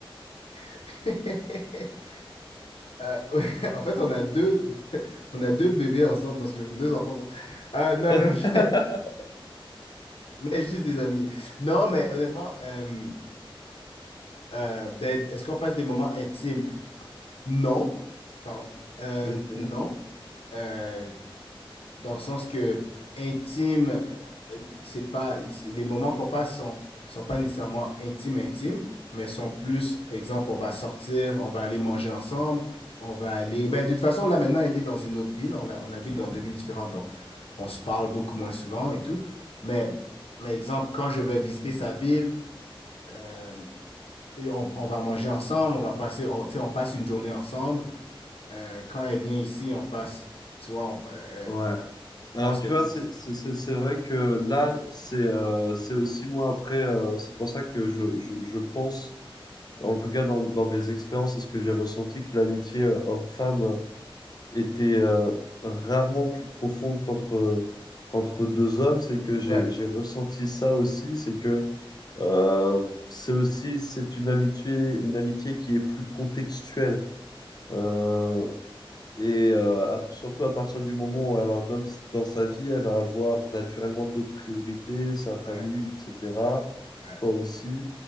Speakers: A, on the left; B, on the left.
A: <laughs> Euh, <laughs> ouais, en fait, on a deux, <laughs> on a deux bébés ensemble dans ce jeu, deux enfants ensemble. Euh, non,
B: <laughs>
A: non, non, <laughs> mais, mais juste des amis. Non, mais honnêtement, euh, euh, ben, est-ce qu'on passe des moments intimes? Non, pardon. Euh,
B: Ok.
A: non. Euh, dans le sens que intime, euh, c'est pas, il- les moments qu'on passe sont, sont pas nécessairement intimes, intimes, mais sont plus, exemple, on va sortir, on va aller manger ensemble, on va aller, ben, de toute façon, là, maintenant, elle est dans une autre ville, on, la- on habite dans deux villes différentes, donc on se parle beaucoup moins souvent et tout, mais, mais exemple, quand je vais visiter sa ville, euh, et on, on va manger ensemble, on va passer, on, tu sais, on passe une journée ensemble, Euh, quand elle vient ici, on passe, tu vois, on, euh,
B: Ouais.
A: euh, on
B: Alors,
A: passe
B: tu
A: le
B: vois,
A: temps.
B: c'est c'est- c'est- c'est vrai que là, c'est euh, c'est aussi moi après, euh, c'est pour ça que je, je, je pense, en tout cas dans, dans mes expériences, et ce que j'ai ressenti, que l'amitié euh, homme-femme euh, était euh, rarement plus profonde qu'entre euh, qu'entre deux hommes. C'est que j'ai
A: Ouais,
B: j'ai ressenti ça aussi, c'est que euh, c'est aussi c'est une amitié, une amitié qui est plus contextuelle. Euh, et euh, à- surtout à partir du moment où elle a un homme s- dans sa vie, elle va avoir naturellement d'autres priorités, sa famille,
A: ouais,
B: etc.
A: ouais,
B: Toi aussi.